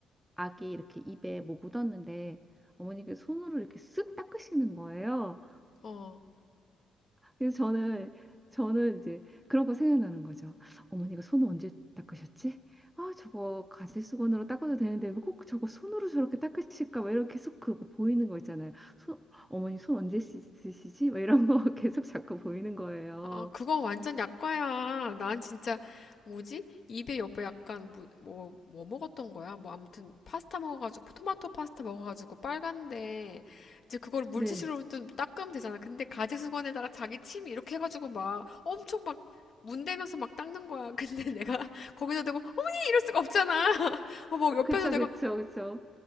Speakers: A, in the centre; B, on the left.
A: 악이 이렇게 입에 뭐 묻었는데 어머니께 손으로 이렇게 쓱 닦으시는 거예요.
B: 어.
A: 그래서 저는 저는 이제 그런 거 생각나는 거죠. 어머니가 손을 언제 닦으셨지? 아, 저거 가지수건으로 닦아도 되는데 왜 꼭 저거 손으로 저렇게 닦으실까? 막 이렇게 계속 그러고 보이는 거 있잖아요. 손, 어머니 손 언제 씻- 씻으시지? 막 이런 거 <laughs> 계속 자꾸 보이는 거예요.
B: 아, 그건 완전 약과야. 난 진짜, 뭐지? 입에 옆에 약간, 뭐, 뭐, 뭐 먹었던 거야? 뭐, 아무튼, 파스타 먹어가지고, 토마토 파스타 먹어가지고, 빨간데, 이제 그걸 물티슈로
A: 네.
B: 좀 닦으면 되잖아. 근데 가제수건에다가 자기 침 이렇게 해가지고 막, 엄청 막, 문대면서 막 닦는 거야. 근데 <laughs> 내가 거기다 대고, 어머니! 이럴 수가 없잖아. <laughs> 어, 뭐, 옆에서
A: 그쵸,
B: 내가,
A: 그쵸, 그쵸.